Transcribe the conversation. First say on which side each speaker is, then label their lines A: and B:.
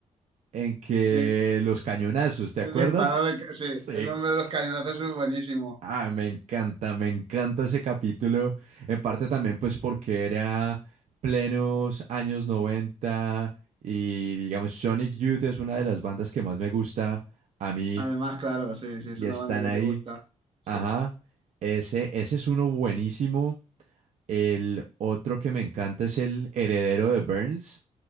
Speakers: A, on the right; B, on the right.
A: en que
B: Sí,
A: los cañonazos, ¿te
B: el
A: acuerdas?
B: disparado de... ca- Sí,
A: Sí.
B: el hombre de los cañonazos es buenísimo.
A: Ah, me encanta, me encanta ese capítulo. En parte también, pues, porque era plenos años 90 y, digamos, Sonic Youth es una de las bandas que más me gusta a mí
B: Además, claro, sí,
A: y
B: sí, es una
A: están
B: banda que
A: ahí.
B: te gusta. Sí.
A: Ajá, ese, ese es uno buenísimo. El otro que me encanta es el heredero de Burns.